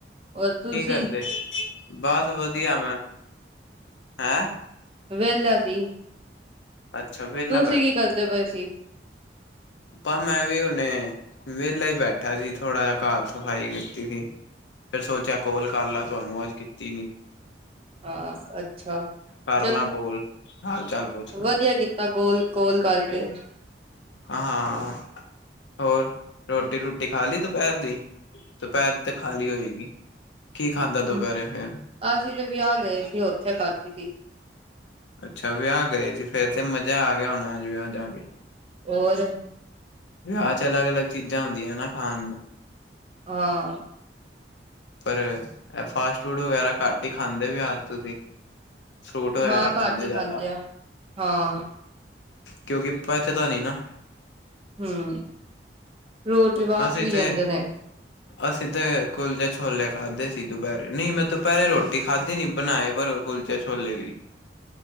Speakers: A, on the right; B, on the left.
A: ਹੋਰ ਤੁਸੀਂ
B: ਕੀ ਕਰਦੇ ਬਸ ਵਧੀਆ ਮੈਂ ਹੈਂ।
A: ਵਿਹਲਾ ਸੀ
B: ਅੱਛਾ ਵਿਹਲਾ
A: ਤੁਸੀਂ ਕੀ ਕਰਦੇ ਪਏ ਸੀ।
B: ਪਰ ਮੈਂ ਵੀ ਉਹਨੇ ਵਿਹਲਾ ਹੀ ਬੈਠਾ ਸੀ ਥੋੜ੍ਹਾ ਜਿਹਾ ਘਰ ਸਫ਼ਾਈ ਕੀਤੀ ਸੀ। ਫਿਰ ਸੋਚਿਆ ਕੋਲ ਕਰ ਲਾ ਤੁਹਾਨੂੰ ਅੱਜ ਕੀਤੀ ਨਹੀਂ।
A: ਹਾਂ ਅੱਛਾ ਚਲੋ
B: ਲਾਂ ਕੋਲ ਹਾਲ ਚਾਲ ਪੁੱਛ ਲਾ
A: ਵਧੀਆ ਕੀਤਾ। ਬੰਦਾ ਕੋਲ ਗੋਲ ਕਰਕੇ।
B: ਹਾਂ ਹੋਰ ਰੋਟੀ ਰੂਟੀ ਖਾ ਲਈ ਦੁਪਹਿਰ ਦੀ। ਦੁਪਹਿਰ ਦੀ ਤੇ ਖਾਲੀ ਹੋਏਗੀ। ਕੀ ਖਾਧਾ ਦੁਪਹਿਰੇ
A: ਹਮ
B: ਫੇਰ
A: ਅਸੀਂ ਤੇ ਵਿਆਹ ਗਏ ਸੀ ਉਥੇ ਖਾਧੀ ਸੀ।
B: ਅੱਛਾ ਵਿਆਹ ਗਏ ਸੀ ਫੇਰ ਤੇ ਮਜ਼ਾ ਆ ਗਿਆ ਹੋਣਾ ਅੱਜ ਵਿਆਹ ਜਾ ਕੇ।
A: ਹੋਰ।
B: ਵਿਆਹ ਚ ਅਲੱਗ ਅਲੱਗ ਚੀਜ਼ਾਂ ਹੁੰਦੀਆਂ ਨਾ ਖਾਣ ਨੂੰ।
A: ਹਾਂ।
B: ਪਰ ਫਾਸਟ ਫੂਡ ਵਗੈਰਾ ਘੱਟ ਹੀ ਖਾਂਦੇ ਵੀ ਅੱਜ ਤੁਸੀਂ। ਫਰੂਟ ਵਗੈਰਾ
A: ਹਾਂ ਘੱਟ
B: ਖਾਂਦੇ
A: ਹੀ
B: ਜ਼ਿਆਦਾ।
A: ਆ ਹਾਂ
B: ਕਿਉਂਕਿ ਪਹਿਚਦਾ ਨੀ ਨਾ।
A: ਹਮ ਰੋਟ ਵੀ ਬਾਅਦ
B: ਅਸੀਂ
A: ਚ ਵੀ ਜਾਂਦੇ
B: ਤੇ
A: ਨੇ।
B: ਅਸੀਂ ਤੇ ਕੁਲਚੇ ਛੋਲੇ ਖਾਧੇ ਸੀ। ਦੁਪਹਿਰੇ ਨਹੀਂ ਮੈਂ ਦੁਪਹਿਰੇ ਰੋਟੀ ਖਾਧੀ ਨੀ ਬਣਾਏ ਪਰੋਂ। ਕੁਲਚੇ ਛੌਲੇ ਵੀ।